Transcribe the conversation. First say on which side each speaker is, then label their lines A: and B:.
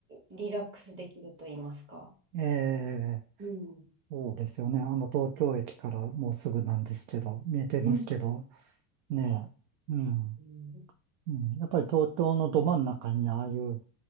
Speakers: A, on the right; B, on the right.
A: リラックスできると言いますか。
B: えー、
A: うん。
B: そうですよね。あの東京駅からもうすぐなんですけど、見えてますけど。
A: うん。
B: ねえ。
A: うん。
B: うん。うん。やっぱり東京のど真ん中にああいう